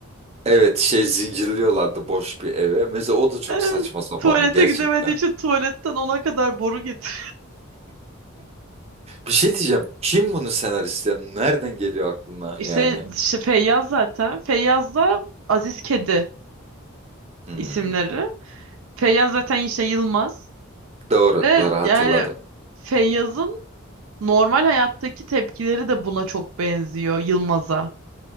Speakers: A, on the right; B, on the right.
A: Evet şey zincirliyorlardı boş bir eve. Mesela o da çok
B: <laughs>
A: saçma sapandı
B: Tuvalete
A: gerçekten.
B: gidemediği için tuvaletten ona kadar boru getir.
A: Bir şey diyeceğim. Kim bunu senarist ya? Nereden geliyor aklına
B: İşte,
A: yani?
B: işte Feyyaz zaten. Feyyaz da Aziz Kedi
A: Hmm,
B: isimleri. Feyyaz zaten işte Yılmaz.
A: Doğru.
B: Ve
A: Doğru hatırladım.
B: yani Feyyaz'ın normal hayattaki tepkileri de buna çok benziyor Yılmaz'a.